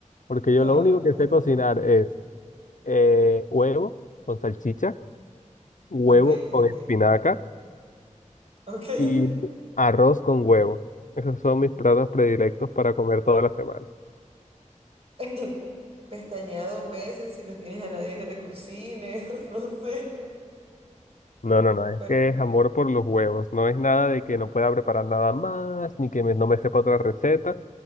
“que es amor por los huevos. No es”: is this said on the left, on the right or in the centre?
Left